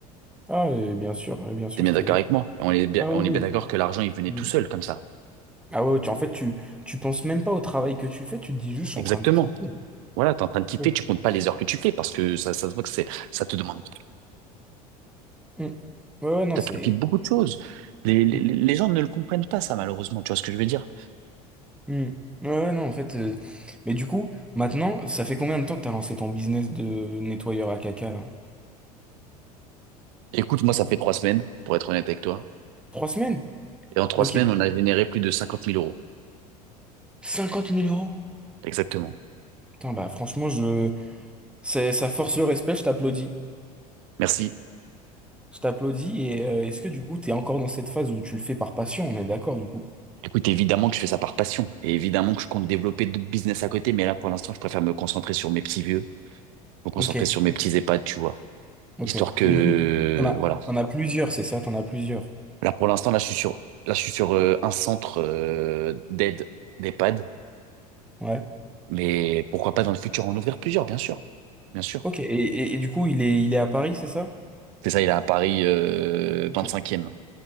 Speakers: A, in the centre; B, on the right.
A: Ah, euh, bien sûr, euh, bien sûr,
B: T'es bien
A: c'était.
B: d'accord avec moi? On est bien,
A: Ah
B: on
A: oui,
B: est bien d'accord que l'argent, il venait
A: oui.
B: tout
A: Mm.
B: seul, comme ça.
A: Ah ouais, ouais, tu- en fait, tu, tu penses même pas au travail que tu fais, tu te dis juste, je suis
B: Exactement.
A: en train de kiffer.
B: Voilà, t'es en train de kiffer,
A: Mm.
B: tu comptes pas les heures que tu fais, parce que ça, ça se voit que c'est, ça te demande,
A: Mm. Ouais, ouais, non,
B: t'as
A: c'est.
B: kiffé beaucoup de choses. Les, les,
A: Mm.
B: les gens ne le comprennent pas, ça, malheureusement. Tu vois ce que je veux dire?
A: Mm. Ouais, ouais, non, en fait. euh, Mais du coup, maintenant, ça fait combien de temps que t'as lancé ton business de nettoyeur à caca, là?
B: Écoute, moi, ça fait trois semaines, pour être honnête avec toi.
A: Trois semaines?
B: Et en trois
A: Ok.
B: semaines, on a généré plus de cinquante mille euros.
A: cinquante mille euros.
B: Exactement.
A: Putain, bah, franchement, je. c'est- Ça force le respect, je t'applaudis.
B: Merci.
A: Je t'applaudis et euh, est-ce que du coup t'es encore dans cette phase où tu le fais par passion, on est d'accord du coup?
B: Écoute, évidemment que je fais ça par passion et évidemment que je compte développer d'autres business à côté, mais là, pour l'instant, je préfère me concentrer sur mes petits vieux, me concentrer
A: Ok,
B: sur mes petits EHPAD, tu vois.
A: ok.
B: Histoire que,
A: Et du coup, t'en as,
B: voilà.
A: t'en as plusieurs, c'est ça? T'en as plusieurs.
B: Là, pour l'instant, là, je suis sur, là, je suis sur euh, un centre euh, d'aide d'EHPAD,
A: Ouais.
B: mais pourquoi pas dans le futur en ouvrir plusieurs, bien sûr. Bien sûr.
A: Ok. Et, et- et du coup, il est, il est à Paris, c'est ça?
B: C'est ça, il est à Paris euh,
A: Ok,
B: 25e.